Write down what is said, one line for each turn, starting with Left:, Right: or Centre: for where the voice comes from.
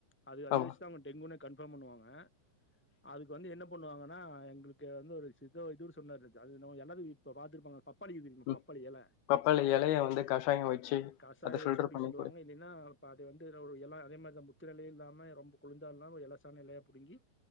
Centre: அது அதியே
Left: ஆமா.
Centre: வெச்சுதா டெங்குனே கன்ஃபார்ம் பண்ணுவாங்க அதுக்கு வந்து என்ன பண்ணுவாங்கன்னா எங்களுக்கு வந்து ஒரு சித்த வைத்தியிறு சொன்னாரு அது என்னவோ எல்லாரு இப்ப பாத்துருப்பாங்க பப்பாளி இருக்குது தெரியுமா
Left: ம்.
Centre: பப்பாளி எல
Left: பப்பாளி இலைய வந்து கஷாயம் வச்சு
Centre: கசாயோ
Left: அத
Centre: வெச்சு
Left: ஃபில்டர்
Centre: குடிக்க
Left: பண்ணி
Centre: சொல்லுவாங்க
Left: குடி.
Centre: அப்டீனா ஒரு பாதி வந்து ஒரு எல அதே மாரிதா முத்துன எலயு இல்லாம ரொம்போ குளுந்தா இல்லாம எலசான எலயா புடுங்கி